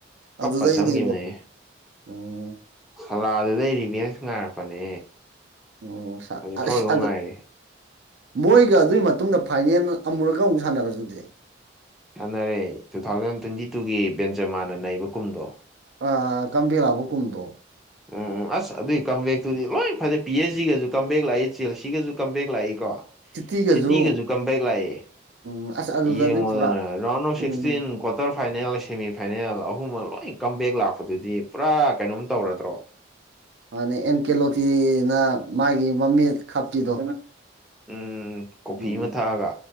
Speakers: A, in the centre; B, on the right (about 60°).
A: ꯀꯞꯄ
B: ꯑꯗꯨꯗꯩꯅꯦꯕꯣ
A: ꯆꯪꯈꯤꯕꯅꯦ
B: ꯎꯝ
A: ꯁꯂꯥꯗꯨꯗꯩ ꯔꯤꯚꯦꯟꯁ ꯉꯥꯏꯔꯛꯄꯅꯦ
B: ꯎꯝ ꯑꯁ
A: ꯍꯧꯖꯤꯛꯐꯥꯎꯗ
B: ꯑꯗ
A: ꯉꯥꯏꯔꯤ
B: ꯃꯣꯏꯒ ꯑꯗꯨꯒꯤ ꯃꯇꯨꯡꯗ ꯐꯥꯏꯅꯦꯜ ꯑꯃꯨꯔꯛꯀ ꯑꯃꯨꯛ ꯁꯥꯟꯅꯔꯁꯨꯗꯤ
A: ꯁꯥꯟꯅꯔꯦ ꯇꯨ ꯊꯥꯎꯖꯟ ꯇ꯭ꯋꯦꯟꯇꯤ ꯇꯨꯒꯤ ꯕꯦꯟꯖꯃꯥꯅ ꯅꯩꯕ ꯀꯨꯝꯗꯣ
B: ꯑ ꯀꯥꯝꯕꯤꯔꯛꯑꯕ ꯄꯨꯡꯗꯣ
A: ꯎꯝ ꯑꯁ ꯑꯗꯨꯏ ꯀꯝꯕꯦꯛꯇꯨꯗꯤ ꯂꯣꯏ ꯐꯖꯩ ꯄꯤ ꯑꯦꯁ ꯖꯤꯒꯁꯨ ꯀꯝꯝꯕꯦꯛ ꯂꯥꯛꯏ ꯆꯦꯜ ꯁꯤꯒꯖꯁꯨ ꯀꯝꯝꯕꯦꯛ ꯂꯥꯛꯏ ꯀꯣ
B: ꯏꯇꯤꯒꯁꯨ
A: ꯁꯤꯇꯤꯒꯁꯨ ꯀꯝꯄꯦꯛ ꯂꯥꯛꯑꯦ
B: ꯎꯝ ꯑꯁ ꯑꯗꯨꯗꯗꯤ
A: ꯌꯦꯡꯉꯣꯗꯅ
B: ꯄꯨꯔꯥ
A: ꯔꯥꯎꯟ ꯑꯣꯐ
B: ꯎꯝ
A: ꯁꯤꯛꯁꯇꯤꯟ ꯀ꯭ꯋꯥꯇꯔ ꯐꯥꯏꯅꯦꯜ ꯁꯦꯃꯤꯐꯥꯏꯅꯦꯜ ꯑꯍꯨꯝꯃꯛ ꯂꯣꯏ ꯀꯝꯝꯕꯦꯛ ꯂꯥꯛꯄꯗꯨꯗꯤ ꯄꯨꯔꯥ ꯀꯩꯅꯣꯝ ꯇꯧꯔꯗ꯭ꯔꯣ <inaudible>
B: ꯃꯥꯅ ꯑꯦꯟꯀꯦꯂꯣꯇꯤꯅ ꯃꯥꯒꯤ ꯃꯃꯤꯠ ꯈꯞꯄꯤꯗꯣ
A: ꯎꯝ ꯀꯣꯐꯤ
B: ꯎꯝ ꯎꯝ
A: ꯑꯃ ꯊꯥꯛꯑꯒ